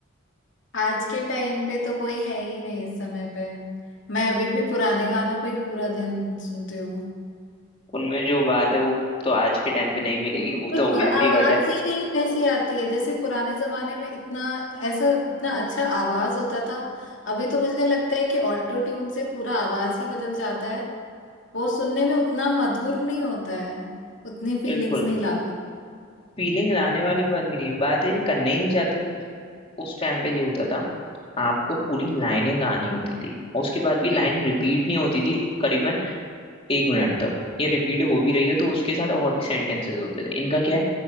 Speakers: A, on the left (about 65°); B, on the left (about 30°).
A: आज के टाइम पे तो कोई है ही नहीं इस समय पे मैं अभी भी पुराने गानों पे ही पूरा दिन सुनती हूँ
B: उनमें जो बात है वो तो आज के टाइम पे नहीं मिलेगी वो
A: बिल्कुल
B: तो ऑब्वियसली
A: आवाज
B: बात है
A: ही नहीं कैसी आती है जैसे पुराने जमाने में इतना ऐसा इतना अच्छा आवाज होता था अभी तो मुझे लगता है कि ऑटो ट्यून से पूरा आवाज ही बदल जाता है वो सुनने में उतना मधुर नहीं होता है उतनी फीलिंग्स
B: बिल्कुल
A: नहीं ला
B: फीलिंग लाने वाली बात भी नहीं है बात है ये करना ही नहीं चाहते उस टाइम पे ये होता था आपको पूरी लाइनें गानी होती थी और उसके बाद भी लाइन रिपीट नहीं होती थी करीबन एक मिनट तक ये रिपीट हो भी रही है तो उसके साथ और भी सेंटेंसेस होते थे इनका क्या है